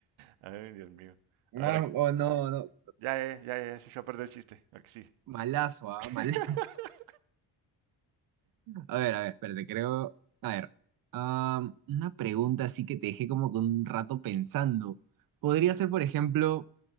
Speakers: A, on the right; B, on the right.
A: Ay, Dios mío.
B: No,
A: A ver, aquí-
B: oh, no, no.
A: ya, ya, ya, ya, se echó a perder el chiste. Aquí sí.
B: Malazo, ah,
A: <laughs>
B: <laughs> malazo. A ver, a ver, espérate, creo. A ver. am, una pregunta así que te dejé como con un rato pensando. Podría ser, por ejemplo,